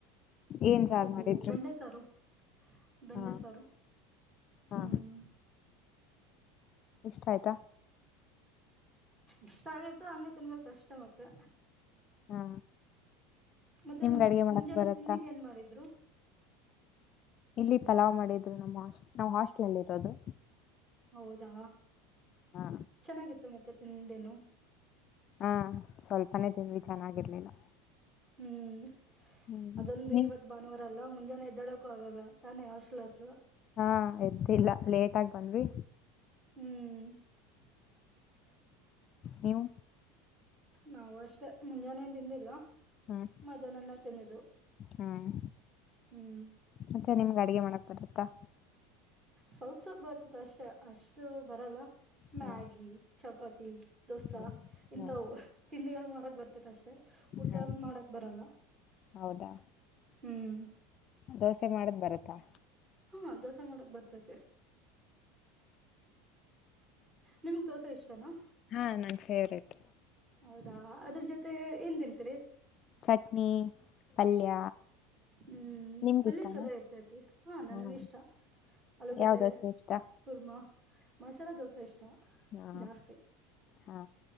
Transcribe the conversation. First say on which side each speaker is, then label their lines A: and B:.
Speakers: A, on the left (about 40°); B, on the right (about 25°).
A: ಏನ್ ಸಾರ್
B: ಇದು
A: ಮಾಡಿದ್ರು
B: ಬೆಂಡೆಸಾರು ಬೆಂಡೆ
A: ಹಾ
B: ಸಾರು
A: ಹಾ
B: ಹ್ಮ್
A: ಇಷ್ಟ ಆಯ್ತಾ?
B: ಇಷ್ಟ ಆಗೈತು ಹಂಗೆ ತಿನ್ಬೇಕು ಅಷ್ಟೆ ಮತ್ತೆ
A: ಹಾ
B: ಮತ್ತೆ
A: ನಿಮ್ಗ್ ಅಡ್ಗೆ ಮಾಡಕ್
B: ಮುಂಜಾನೆ
A: ಬರತ್ತಾ
B: ತಿಂಡಿಗ್ ಏನ್ ಮಾಡಿದ್ರು?
A: ಇಲ್ಲಿ ಪಲಾವ್ ಮಾಡಿದ್ರು ನಮ್ಮಾಸ್ ನಾವ್ ಹಾಸ್ಟ್ಲಲ್ ಇರೋದು.
B: ಹೌದಾ
A: ಹಾ
B: ಚೆನ್ನಾಗಿತ್ತು ಮತ್ತೆ ತಿಂದೇನು
A: ಹಾಂ ಸ್ವಲ್ಪನೇ ತಿಂದ್ವಿ ಚೆನ್ನಾಗಿರ್ಲಿಲ್ಲ.
B: ಹ್ಮ್
A: ಹ್ಮ್
B: ಅದೊಂದು
A: ನೀ
B: ಇವತ್ ಭಾನುವಾರ ಅಲ್ಲ ಮ ಮುಂಜಾನೆ ಎದ್ದೋಳುಕು ಆಗಲ್ಲ ತಾನೇ ಹೊಶ್ಲಾರ್ಸು.
A: ಹ ಎದ್ದಿಲ್ಲ ಲೇಟ್ ಆಗ್ ಬಂದ್ವಿ.
B: ಹ್ಮ್
A: ನೀವು.
B: ನಾವು ಅಷ್ಟೇ ಮುಂಜಾನೆ ಏನ್ ತಿಂದಿಲ್ಲ.
A: ಹ್ಮ್
B: ಮದಾ ನನ್ ಅದ್ ತಿನದು.
A: ಹ್ಮ್
B: ಹ್ಮ್
A: ಅಕ್ಕ ನಿಮ್ಗ್ ಅಡ್ಗೆ ಮಾಡಕ್ ಬರುತ್ತಾ.
B: ಸ್ವಲ್ಪ್ ಸ್ವಪ್ ಬರ್ತತ್ ಅಷ್ಟೆ ಅಷ್ಟು ಬರಲ್ಲ
A: ಹ್ಮ್
B: ಮ್ಯಾಗಿ ಚಪಾತಿ ದೋಸಾ.
A: ಹ್ಮ್
B: ಇಂತವು.
A: ಹ್ಮ್
B: ತಿಂಡಿಗಳ್ ಮಾಡಕ್ ಬರ್ತತ್ ಅಷ್ಟೇ ಊಟ
A: ಹ್ಮ್
B: ಮಾಡಕ್ ಬರಲ್ಲ.
A: ಹೌದಾ.
B: ಹ್ಮ್
A: ದೋಸೆ ಮಾಡದ್ ಬರುತ್ತಾ
B: ಹು ದೋಸಾ ಮಾಡಕ್ ಬರ್ತತ್ತೆ. ನಿಮಿಗ್ ದೋಸ ಇಷ್ಟನ.
A: ಹಾ ನನ್ ಫೇವ್ರೇಟ್.
B: ಹೌದಾ ಅದ್ರಲ್ ಜೊತೆ ಏಲ್ ತಿಂತೀರಿ.
A: ಚಟ್ನಿ ಪಲ್ಯ
B: ಹ್ಮ್
A: ನಿಮ್ಗೆ
B: ಪಲ್ಯ
A: ಇಷ್ಟನಾ
B: ಚಲೋ ಇರ್ತೈತಿ ಹ ನನಗ್
A: ಹ್ಮ್
B: ಇಷ್ಟ ಆಲೂಗಡ್ಡೆ
A: ಯಾವ ದೋಸೆ ಇಷ್ಟ
B: ಕುರ್ಮಾ. ಮಸಾಲ ದೋಸೆ ಇಷ್ ಟ
A: ಹಾ
B: ಜಾಸ್ತಿ.
A: ಹಾ